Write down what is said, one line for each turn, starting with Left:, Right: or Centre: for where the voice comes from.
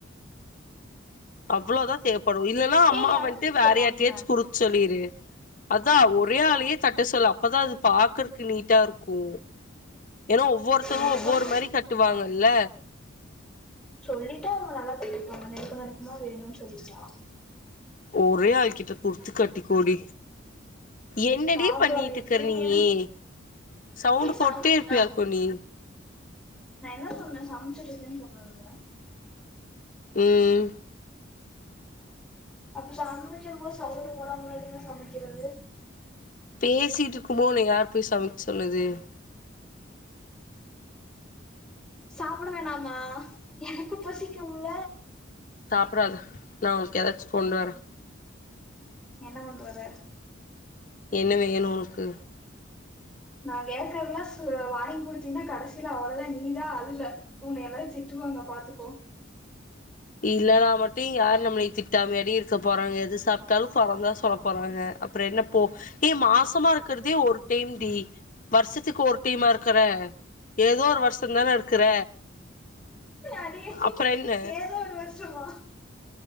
Left: அவ்வளோதான் தே வரும் இல்லனா அம்மா
Centre: ஏய் எல்லாத்துக்கும்
Left: வந்ட்டு
Centre: கட்டுவாங்க
Left: வேற யார்ட்டயாச்சு குடுக் சொல்லிரு அதான் ஒரே ஆலயே கட்ட சொல்லு அப்பதான் அது பாக்குறக்கு நீட்டா இருக்கும் ஏன்னா ஒவ்வொருத்தவங்க
Centre: என்ன
Left: ஒவ்வொரு
Centre: பண்ண
Left: மாதிரி கட் விட்டு வாங்கல்ல
Centre: சொல்லிட்டா அவங்க நல்லா கட்டிக்குவாங்க நல்லா நெருக்க நெருக்குமா வேணும்னு சொல்லிட்டா
Left: ஒரே ஆள்கிட்ட குடுத்து கட்டிக்கோடி என்னடி
Centre: பாக்கலாம்
Left: பண்ணிட்டு
Centre: அது
Left: இருக்கற
Centre: எப்படின்னு
Left: நீயே
Centre: ஏன்னா
Left: சவுண்ட்
Centre: ஏய் சமைச்ச
Left: போட்டே இருப்பியாக்கும் நீ
Centre: நான் என்ன சொன்னேன் சமச்சிட் இருக்கன்னு சொன்னன்ல
Left: உம்ம்
Centre: அப்புறம் சமைக்கமோது <unintelligible> எப்டி நா சமைக்கிறது
Left: பேசிட்டு இருக்குமோது உன்னைய யார் போய் சமைக் சொன்னது
Centre: சாப்பிட வேணாமா எனக்கு பசிக்கும்ல
Left: அப்பறம்து நான் அவ க எதச்ச கொண்ட வர
Centre: என்ன பன்றது
Left: என்ன வேணும் உனக்கு
Centre: நான் கேக்றதல்லாம் வாங்கி குடுத்தீங்ன்னா கடசியில அவ்வளதான் நீதா அலுவ உன எல்லாவ திட்டுவாங்க பாத்துகோ
Left: இல்லான மட்டும் யாரு நம்மளை திட்டாமடி இருக்க போறாங்க எது சாப்பிட்டாலும் குரதா சொல்ல போறாங்க அப்புறம் என்ன போ ஏ மாசமா இருக்கிறதே ஒரு டைம் டி வருஷத்துக்கு ஒரு டைமா இருக்கற ஏதோ ஒரு வருஷம் தானே இருக்கற
Centre: அது
Left: அப்புறம் என்ன
Centre: ஏதோ ஒரு வருஷமா